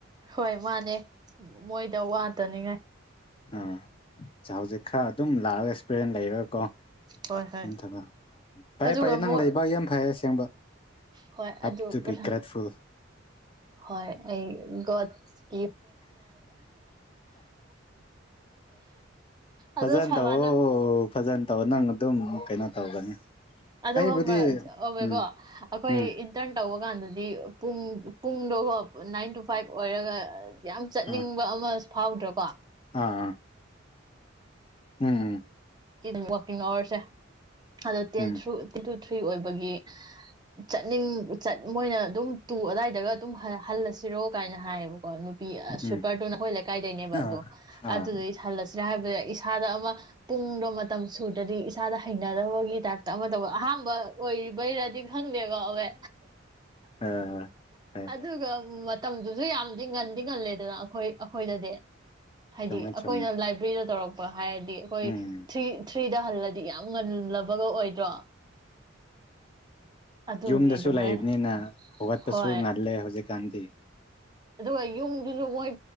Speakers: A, on the right; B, on the left.
A: ꯍꯣꯏ ꯃꯥꯅꯦ ꯃꯣꯏꯗ ꯋꯥꯇꯅꯤꯉꯥꯏ
B: ꯑꯥ ꯑ ꯍꯧꯖꯤꯛ ꯈꯔ ꯑꯗꯨꯝ ꯂꯥꯛꯑꯒ ꯑꯦꯛꯁꯄꯤꯔꯤꯟꯁ ꯂꯩꯔꯒꯀꯣ
A: ꯍꯣꯏ ꯍꯣꯏ
B: ꯌꯥꯝ ꯊ ꯐꯌꯦ
A: ꯑꯗꯨꯒ
B: ꯐꯩꯌꯦ
A: ꯑꯃꯨꯛ
B: ꯅꯪ ꯂꯩꯕ ꯌꯥꯝ ꯐꯩꯌꯦ ꯑꯁꯦꯡꯕ
A: ꯍꯣꯏ
B: ꯍꯦꯞ
A: ꯑꯗꯨ
B: ꯇꯨ
A: ꯄꯨ
B: ꯕꯤ ꯒ꯭ꯔꯦꯠꯐꯨꯜ
A: ꯍꯣꯏ ꯑꯩ ꯒꯣꯠ <inaudible>
B: ꯐꯖꯅ
A: ꯑꯗꯣ ꯁꯕꯥꯅ
B: ꯇꯧꯋꯣ ꯐꯖꯅ ꯇꯧ ꯅꯪ ꯑꯗꯨꯝ ꯀꯩꯅꯣ ꯇꯧꯒꯅꯤ
A: ꯑꯗꯨꯒꯕ
B: ꯑꯩꯕꯨꯗꯤ
A: ꯑꯣꯀꯣ
B: ꯎꯝ
A: ꯑꯩꯈꯣꯏ
B: ꯎꯝ
A: ꯏꯟꯇꯔꯟ ꯇꯧꯕ ꯀꯥꯟꯗꯗꯤ ꯄꯨꯡ ꯄꯨꯡꯗꯣꯀꯣ ꯅꯥꯏꯟ ꯇꯨ ꯐꯥꯏꯚ ꯑꯣꯏꯔꯒ ꯌꯥꯝ ꯆꯠꯅꯤꯡꯕ
B: ꯑꯥ
A: ꯑꯃ ꯐꯥꯎꯗ꯭ꯔꯣꯀꯣ
B: ꯑꯥ ꯎꯝꯝ
A: <inaudible> ꯍ ꯑꯋꯥꯔꯁꯦ ꯑꯗꯣ ten
B: um
A: through ten to free ꯑꯣꯏꯕꯒꯤ ꯆꯠꯅꯤꯡꯠ ꯃꯣꯏꯅ ꯑꯗꯨꯝ ꯇꯨ ꯑꯗꯥꯏꯗꯒ ꯑꯗꯨꯝ ꯍꯜꯂꯁꯤꯔꯣ ꯀꯥꯏꯅ ꯍꯥꯏꯌꯦꯕꯀꯣ
B: ꯎꯝ
A: ꯁꯨꯄꯔ ꯇꯨ ꯅꯈꯣꯏ ꯂꯩꯀꯥꯏꯗꯩꯅꯦꯕ
B: ꯑꯥ
A: ꯑꯗꯣ
B: ꯑꯥ
A: ꯑꯗꯨꯗꯒꯤ ꯁꯜꯂꯁꯤꯔ ꯍꯥꯏꯕꯗ ꯏꯁꯥꯗ ꯑꯃ ꯄꯨꯡꯗꯣ ꯃꯇꯝ ꯁꯨꯔꯗꯗꯤ ꯏꯁꯥꯗ ꯍꯩꯅꯗꯕꯒꯤ ꯇꯥꯏꯞꯇ ꯑꯃ ꯇꯧꯕ ꯑꯍꯥꯟꯕ ꯑ ꯑꯣꯏꯕꯩꯔꯗꯤ ꯈꯪꯗꯦꯀꯣ ꯍꯋꯦ
B: ꯑ ꯐꯩ
A: ꯑꯗꯨꯒ
B: ꯐꯩ
A: ꯃꯇꯝꯗꯨꯁꯨ ꯌꯥꯝꯗꯤ ꯉꯟꯗꯤ ꯉꯜꯂꯦꯗꯅ ꯑꯩꯈꯣꯏ ꯑꯩꯈꯣꯏꯗꯗꯤ ꯍꯥꯏꯗꯤ
B: ꯆꯨꯝꯃꯦ
A: ꯑꯩꯈꯣꯏꯅ
B: ꯆꯨꯝꯃꯦ
A: ꯂꯥꯏꯕ꯭ꯔꯦꯔꯤꯗ ꯇꯧꯔꯛꯄ ꯍꯥꯏꯔꯗꯤ ꯑꯩꯈꯣꯏ
B: ꯎꯝ
A: ꯊ꯭ꯔꯤ ꯊ꯭ꯔꯤꯗ ꯍꯜꯂꯗꯤ ꯌꯥꯝ ꯉꯜꯂꯕꯒ ꯑꯣꯏꯗ꯭ꯔꯣ ꯑꯗꯨꯒꯤ
B: ꯌꯨꯝꯗꯁꯨ
A: ꯑꯗꯨꯃꯥꯏꯅ
B: ꯂꯩꯕꯅꯤꯅ ꯍꯧꯒꯠꯄꯁꯨ
A: ꯍꯣꯏ
B: ꯉꯜꯂꯦ ꯍꯧꯖꯤꯛ ꯀꯥꯟꯗꯤ
A: ꯑꯗꯨꯒ ꯌꯨꯝꯒꯤ ꯁꯨ ꯃꯣꯏ